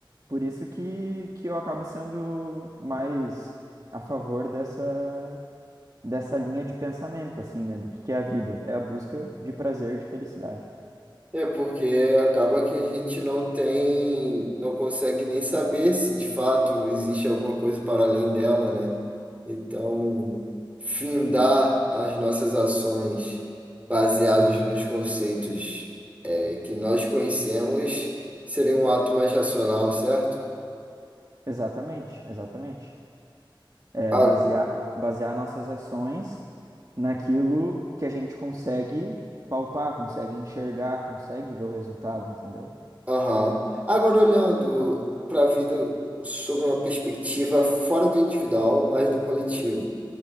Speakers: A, on the right; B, on the right.
A: Por isso que, que eu acabo sendo mais a favor dessa, dessa linha de pensamento, assim, né? Do que que é a vida? É a busca de prazer, de felicidade.
B: É porque acaba que a gente não tem, não consegue nem saber se de fato existe alguma coisa para além dela, né? Então, findar as nossas ações baseados nos conceitos eh, que nós conhecemos seria um ato mais racional, certo?
A: Exatamente, exatamente. É
B: Ah,
A: basear, basear nossas ações naquilo que a gente consegue palpar, consegue enxergar, consegue ver o resultado, entendeu?
B: Aham. Agora, olhando para a vida sob uma perspectiva fora do individual, mas do coletivo.